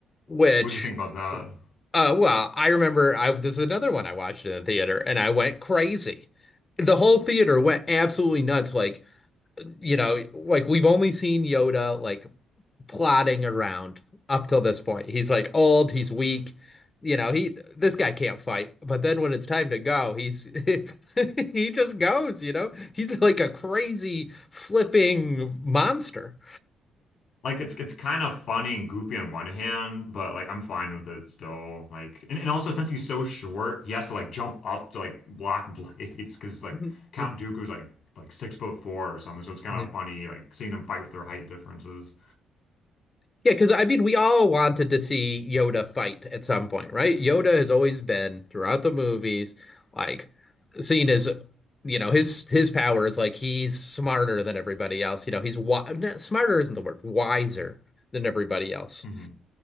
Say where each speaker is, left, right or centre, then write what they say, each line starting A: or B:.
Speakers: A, on the left; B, on the left.
A: Which
B: What do you think about that?
A: uh well, I remember I this is another one I watched in the theater and I went crazy. The whole theater went absolutely nuts. Like you know, like we've only seen Yoda like plodding around up till this point. He's like old, he's weak, you know, he this guy can't fight. But then when it's time to go, he's <laughs> he just goes, you know. He's like a crazy flipping monster.
B: Like it's it's kind of funny and goofy on one hand, but like I'm fine with it still. Like and, and also since he's so short, he has to like jump up to like block <laughs> blades because like
A: <laughs>
B: Count Dooku's like like six foot four or something. So it's kind
A: Yeah.
B: of funny like seeing them fight with their height differences.
A: Yeah, because I mean, we all wanted to see Yoda fight at some point, right? Yoda has always been throughout the movies, like seen as, you know, his his power is like he's smarter than everybody else. You know, he's wi no, smarter isn't the word, wiser than everybody else
B: Mhm.